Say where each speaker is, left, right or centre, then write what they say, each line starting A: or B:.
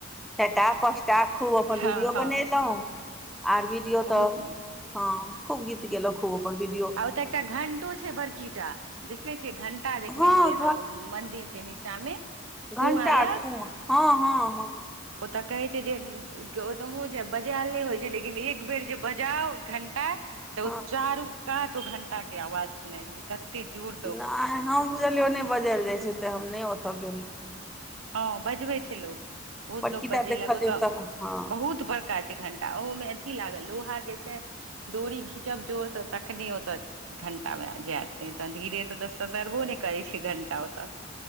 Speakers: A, in the centre; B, on the right.
A: चारि टा पाँच टा खूब अपन
B: हँ
A: वीडियो
B: हँ
A: बनेलहुँ आर वीडियो
B: बहुत
A: तऽ।
B: नीक
A: हँ खूब गीत गेलेहु खूब अपन वीडियो।
B: आ ओत एकटा घंटो छै बड़कीटा देखने छियै घं कटा देखने
A: हँ
B: हेबै अहाँ ओ म- मंदिर के नीचा मे।
A: घंटा
B: कुआँ लग
A: आ कुआँ हँ हँ हँ।
B: ओतऽ कहै छै जे ओतहु जे बजायल नहि होइ छै लेकिन एक बेर जे बजाउ घंटा। त उ
A: हँ
B: चारू कात ओ घंटा के आवाज सुनाई देत तते जोड़।
A: नहि हम बुझलियै ओ नहि बजायल जाइ छै तऽ हम नहि ओतय गेलहु।
B: हँ बजबे छै लोक बहुत
A: बड़कीटा
B: लोक बजेलक
A: देखलियै
B: ओतऽ
A: तऽ हँ
B: बहुत बड़का छै घंट तऽ अहू मे अथी लागल लोहा जे छै डोरी घिचब जोर सँ तखने ओतऽ। घंटा ब जायत नहि तऽ धीरे सँ तऽ ससरबो नहि करै छैय घंटा ओत।